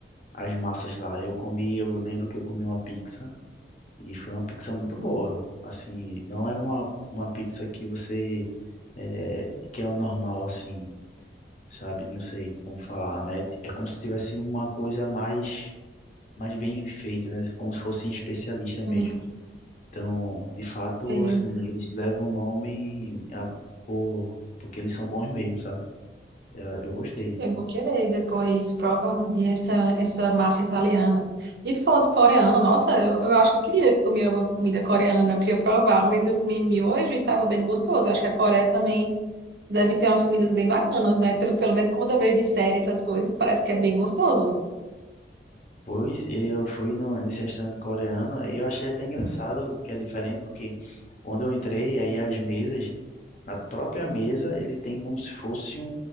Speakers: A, on the left; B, on the right.
A: as massas lá. Eu comi, eu lembro que eu comi uma pizza e foi uma pizza muito boa. Assim, não é uma, uma pizza que você é, que é o normal assim, sabe? Não sei como falar, mas é, é como se tivesse uma coisa a mais mas bem feita, né? Como se fosse especialista mesmo.
B: Hum,
A: Então, de fato,
B: Sei,
A: assim, eles levam o nome a- por, porque eles são bons mesmo, sabe? Eu, eu gostei.
B: eu vou querer depois provar um dia essa, essa massa italiana. E tu falou de coreano, nossa, eu, eu acho que eu queria comer alguma comida coreana, eu queria provar. Uma vez eu comi miojo e estava bem gostoso. Eu acho que a Coreia também deve ter umas comidas bem bacanas, né? Pelo, pelo menos como eu vejo de série, essas coisas, parece que é bem gostoso.
A: Pois eu fui no, nesse restaurante coreano e eu achei até engraçado que é diferente, porque quando eu entrei, aí as mesas Na própria mesa, ele tem como se fosse um,